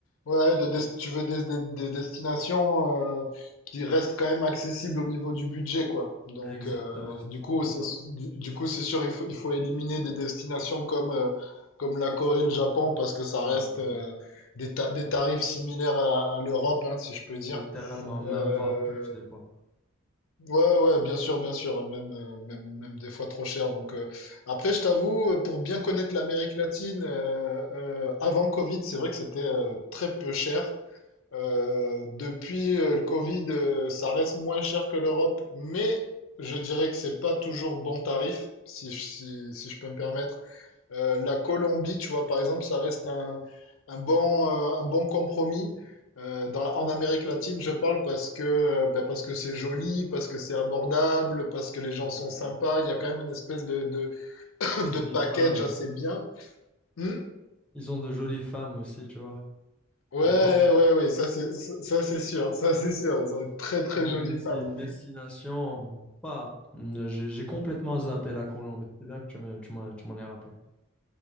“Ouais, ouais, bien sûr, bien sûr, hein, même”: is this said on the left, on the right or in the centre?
Left